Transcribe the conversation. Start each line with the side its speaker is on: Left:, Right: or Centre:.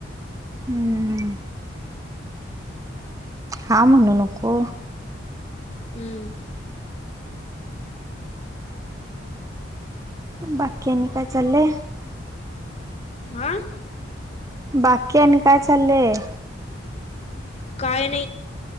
Right: हम्म हां म्हणू नको.
Left: हम्म,
Right: बाकी आनी काय चाललय.
Left: आ,
Right: बाकी आणि काय चाललंय?
Left: काय नई.